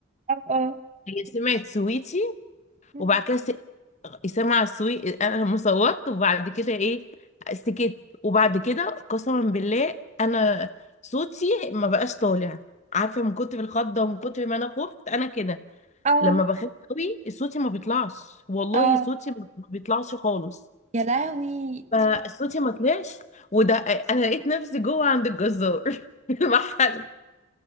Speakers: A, on the right; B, on the left.
A: اه
B: هي سمعت سويتي
A: اه
B: وبعد كده س- اسامه عاشور انا لما صوتت وبعد كده ايه سكت وبعد كده قسما بالله انا صوتي ما بقاش طالع عارفه من كتر الخضه ومن كتر ما انا خفت انا كده
A: اه
B: لما بخاف قوي صوتي ما بيطلعش والله
A: اه
B: صوتي ما ما بيطلعش خالص
A: يا لهوي
B: فصوتي ما طلعش وده انا لقيت نفسي جوه عند الجزار <laughs> في المحل